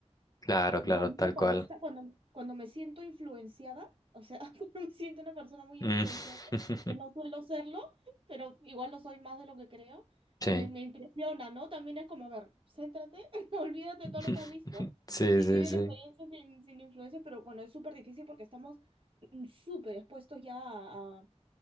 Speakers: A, on the left (about 30°); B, on the right (about 50°).
A: claro, claro,
B: Buah, a mí
A: tal
B: me
A: cual.
B: molesta cuando, cuando me siento influenciada, o sea, <laughs> cuando me siento una persona muy
A: Mm.
B: influenciada,
A: <laughs>
B: que no suelo serlo, pero igual lo soy más de lo que creo,
A: Sí.
B: me, me impresiona, ¿no? También es como, a ver, céntrate, <laughs> olvídate
A: <laughs>
B: de todo lo que has visto
A: Sí,
B: y
A: sí,
B: vive
A: sí.
B: la experiencia sin, sin influencia, pero bueno, es súper difícil porque estamos mm, súper expuestos ya a, a